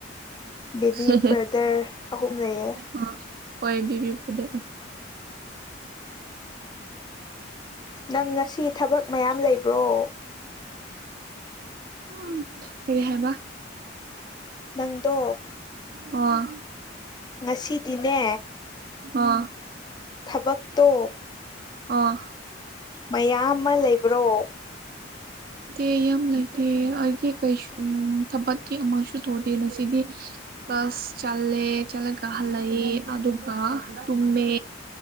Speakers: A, on the left; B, on the right.
A: ꯕꯦꯕꯤ
B: ꯍ
A: ꯕ꯭ꯔꯗꯔ ꯑꯍꯨꯝ ꯂꯩꯌꯦ
B: ꯍ ꯍꯣꯏꯕꯤꯕꯤ ꯐꯗꯣ
A: ꯅꯪ ꯉꯁꯤ ꯊꯕꯛ ꯃꯌꯥꯝ ꯂꯩꯕ꯭ꯔꯣ
B: ꯎ ꯀ ꯍꯥꯏꯦꯕ
A: ꯅꯪꯗꯣ
B: ꯑꯣ
A: ꯉꯁꯤꯗꯤꯅꯦ
B: ꯍꯥ
A: ꯊꯕꯛꯛꯇꯣ
B: ꯑ
A: ꯃꯌꯥꯝ ꯑꯃ ꯂꯩꯕ꯭ꯔꯣ
B: ꯦ ꯌꯥꯝ ꯂꯩꯇꯦ ꯍꯥꯏꯗꯤ ꯀꯩꯁꯨ ꯊꯕꯛꯀꯤ ꯑꯃꯁꯨ ꯇꯧꯗꯦ ꯉꯁꯤꯗꯤ ꯀ꯭ꯂꯥꯁ ꯆꯠꯂꯦ ꯆꯠꯂꯒ ꯍꯜꯂꯛꯏ ꯑꯗꯨꯒ ꯇꯨꯝꯃꯦ